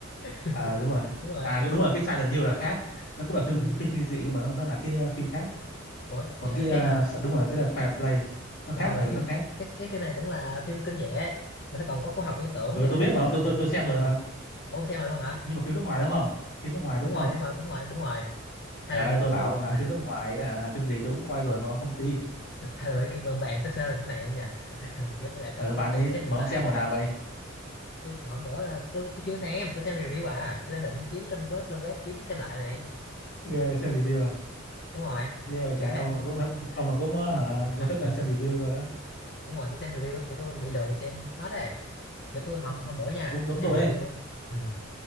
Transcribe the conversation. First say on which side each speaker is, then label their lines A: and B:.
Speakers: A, on the left; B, on the left.
A: <laughs>
B: À đúng rồi.
A: Đúng rồi.
B: À cái- đúng rồi, cái Silent Hill là khác. Nó cũng là phim
A: Ừ.
B: phim kinh dị nhưng mà nó nó là cái ờ, phim khác.
A: Ủa
B: Còn
A: vậy
B: cái
A: là
B: ờ,
A: khác hả?
B: sợ- đúng rồi, cái là Quiet Place nó khác
A: Còn mà
B: ở
A: tại
B: ừ,
A: cái
B: nó khác.
A: cái cái phim này cũng là phim kinh dị ấy, mà nó còn có khoa học viễn tưởng
B: Ừ
A: với lại
B: tôi biết mà
A: gọi
B: ông tôi
A: là
B: tôi tôi xem rồi
A: ờ,
B: mà.
A: ủa xem rồi luôn hả?
B: nhưng mà phim nước ngoài đúng không phim nước ngoài đúng
A: Đúng
B: không
A: rồi, đúng rồi, đúng rồi, đúng rồi. Hay
B: trời
A: là mình
B: ơi tôi bảo
A: mình
B: ông là phim nước ngoài ấy hả? phim gì tôi cũng coi rồi mà ông không tin
A: <laughs> hay là mình kêu mình bàn sơ sơ cái này không nhỉ? <laughs> Cái tôi, tôi,
B: ờ
A: tôi đang
B: bạn
A: định
B: ấy
A: xem
B: mà
A: phim lại
B: ông xem
A: à,
B: hồi nào
A: tại
B: vậy
A: tôi hôm bữa là tôi tôi chưa xem, tôi xem review à, tôi đang định kiếm trên web lên web kiếm xem lại này.
B: ghê vậy, xem review à
A: Đúng rồi.
B: ghê vậy
A: Kiểu
B: trời
A: hai
B: ông
A: ông
B: mà cũng thích
A: ông
B: ông mà cũng ờ, hả
A: <laughs>
B: có thói quen xem review cơ
A: đúng rồi, tôi xem review á, kiểu tôi bị lười xem hết rồi. Kiểu tôi hôm hôm bữa nha,
B: cũng giống
A: tôi xem
B: tôi
A: review.
B: ấy
A: á. Ừ.